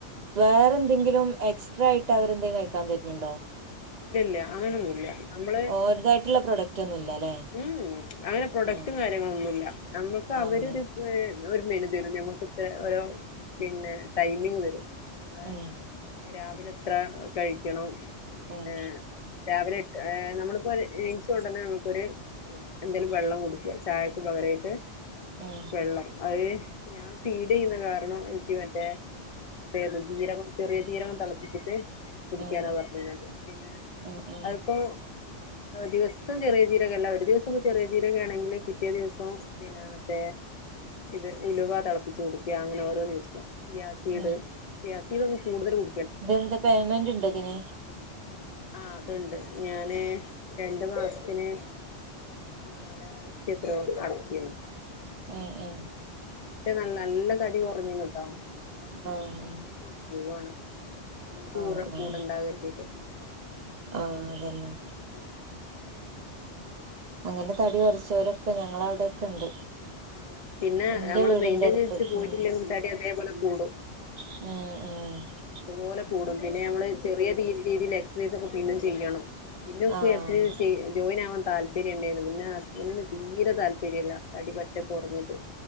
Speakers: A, on the right; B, on the left.
A: വേറെ എന്തെങ്കിലും എക്സ്ട്രാ ആയിട്ട് അവരെന്തെങ്കിലും കഴിക്കാൻ തരുന്നുണ്ടോ
B: ല്ല ല്ല്യ അങ്ങനൊന്നുമില്ല നമ്മള്
A: ഓര്തായിട്ടുള്ള പ്രൊഡക്റ്റ് ഒന്നും ഇല്ല അല്ലേ
B: ഉ അങ്ങനെ പ്രൊഡക്ടും
A: ആഹ്
B: കാര്യങ്ങളൊന്നുല്ല നമ്മുക്ക്
A: ആഹ്
B: അവരൊരു ഒരു മെനു തരും ഞമ്മക്ക് ഇത്ര ഓരോ പിന്നെ ടൈമിങ് തരും നമ്മള്
A: ഉം
B: രാവിലെ എത്ര കഴിക്കണം പിന്നെ
A: ഉം
B: രാവിലെ എട്ട് നമ്മളിപ്പൊ എണീച്ചൊ ടനെ നമുക്കൊരു എന്തെങ്കലും വെള്ളം കുടിക്ക ചായക്ക് പകരായിട്ട്
A: ഉം
B: വെള്ളം അത് ഞാൻ പീഡ് ചെയ്യുന്ന കാരണം എനിക്ക് മറ്റേ ഇരുന്നു ജീരകം ചെറിയ ജീരകം തിളപ്പച്ചിട്ട് കുടിക്കാനാ
A: ഉം
B: പറഞ്ഞിരുന്നത് പിന്നെ
A: ഉം ഉം ഉം
B: അത് ഇപ്പൊ ദിവസം ചെറിയ ചീരൊക്കെ അല്ല ഒരു ദിവസം ചെറിയ ചീരക്കെ ആണെങ്കിൽ പിറ്റേ ദിവസം പി മറ്റേ ഇത് ഉലുവ തിളപ്പിച്ച് കുടിക്ക അങ്ങനെ ഓരോ ദിവസ സിയാസിട്
A: ഉം
B: സിയാസീടക്കെ കൂടുതൽ കു
A: ഇതെന്താ പേയ്മെന്റ് ഉണ്ട് അതിന്
B: ആഹ് അതുണ്ട് ഞാന് രണ്ടു മാസത്തിന് നാലായിരത്തി എത്രയോ അടച്ചിന്ന്
A: ഉം ഉം
B: നല്ല നല്ല തടി കുറഞ്ഞന്ന് കേട്ടോങ്ങനെീതി
A: ആഹ്
B: <unintelligible> പോവൂണ് ഇനി കൂറ്
A: ആഹ്
B: കൂടെണ്ടാകരുതിട്ട്
A: ആഹ് ആഹ് അതന്നെ
B: ഉം
A: അങ്ങനെ
B: അപ്പൊ
A: തടി കുറച്ചവരൊക്കെ ഞങ്ങള അവിടെക്കെ ഇണ്ട്
B: ആഹ് പിന്നെ
A: ഇന്റെ
B: നമ്മള്
A: വീടിന്റെ
B: മെയിന്റയിൻ
A: അടുത്ത്
B: ചെയ്ത് പോയിട്ടില്ലെ
A: ഉം
B: കൂട്ടാടി അതേപോലെ കൂടും
A: ഉം ഉം
B: അതുപോലെ കൂടും പിന്നെ നമ്മള് ചെറിയ രീതിൽ എക്സസൈസ് ഒക്കെ പിന്നും ചെയ്യണം ഇന്ന
A: ആഹ്
B: എ സി സി ജോയിൻ ആവാൻ താല്പം താല്പര്യം ഉണ്ടായിരുന്നു പിന്നെ ഹസ്ബൻറിന് തീരെ താല്പര്യല്ല തടി പറ്റ കുറഞ്ഞിട്ട്